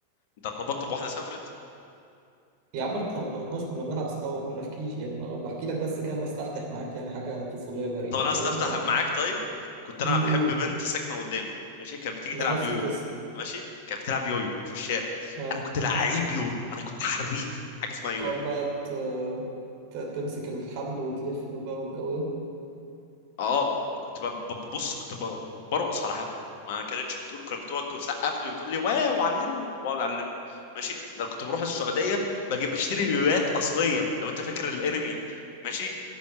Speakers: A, on the left; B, on the right.
A: انت ارتبطت بواحدة سافرت
B: يا عم ما ارتبطناش كنا بنلعب سوا كنا في كي جي يعني أنا بحكي لك بس كده بستفتح معاك يعني حاجة طفولية بريئة
A: طب انا
B: الأول
A: استفتح
B: بعد
A: معاك
B: كده نشوف.
A: طيب كنت
B: نقول
A: انا بحب بنت ساكنه قدامي ماشي كانت بتيجي
B: ما
A: تلعب
B: نفس
A: يويو
B: القصة
A: ماشي كانت بتلعب يويو في الشارع
B: آه.
A: انا كنت لعيب يويو انا كنت حريف حاجه اسمها يويو
B: تقعد بقى ت... ت- تمسك الحبل وتلف بقى والجو ده
A: اه كنت ب- ب- ببص كنت ب- برقص على حبل ما كانتش بتقول كانت بتقعد تسقف لي وتقول لي واو علمني بقعد اعلمني ماشي ده أنا كنت بروح السعوديه بجيب بشتري يويوات اصليه لو انت فاكر الانمي ماشي